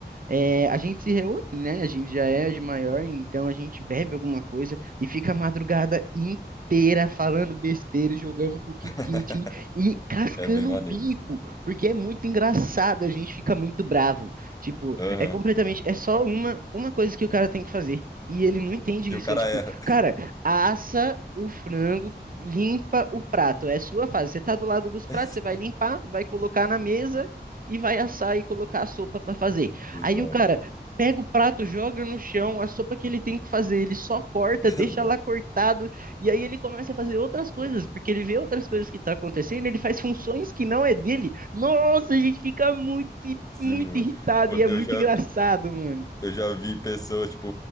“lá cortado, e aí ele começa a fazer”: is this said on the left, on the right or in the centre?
Right